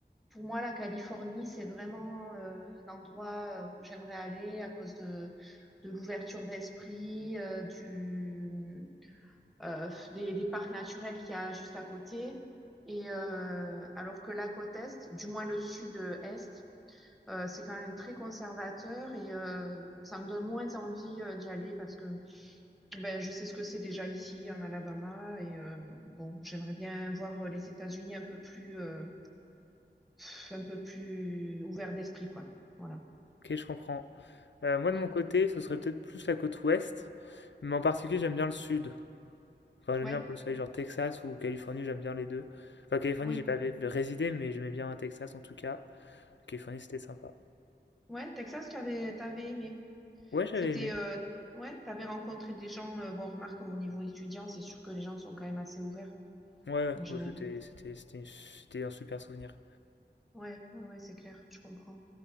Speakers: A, in the centre; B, on the left.
A: pour moi la Californie c'est vraiment euh, un endroit où j'aimerais aller à cause de de l'ouverture d'esprit euh, du euh, des, des parcs naturels qu'il y a juste à côté et euh, alors que la côte est du moins le sud-est euh, c'est quand même très conservateur et euh, ça me donne moins envie euh, d'y aller parce que ben, je sais ce que c'est déjà ici en Alabama et euh, bon, j'aimerais bien voir euh, les États-Unis un peu plus, euh, pff, un peu plus ouverts d'esprit, quoi. Voilà.
B: Ok, je comprends. Euh, moi
A: Mm.
B: de mon côté, ce serait peut-être plus la côte ouest, mais en particulier j'aime bien le sud. Enfin, j'aime
A: Ouais,
B: bien un peu le soleil, genre Texas ou Californie, j'aime bien les deux. Enfin, Californie,
A: oui,
B: j'ai pas vé- résidé, mais j'aimais bien Texas en tout cas. Californie, c'était sympa.
A: ouais. Texas, tu avais, t'avais aimé.
B: Ouais, j'avais
A: C'était,
B: aimé.
A: euh, ouais, t'avais rencontré des gens. euh, bon, remarque au niveau étudiant, c'est sûr que les gens sont quand même assez ouverts
B: Ouais,
A: en général.
B: bon, c'était c'était c'était c'était un super souvenir.
A: Ouais, ouais, ouais, c'est clair, je comprends.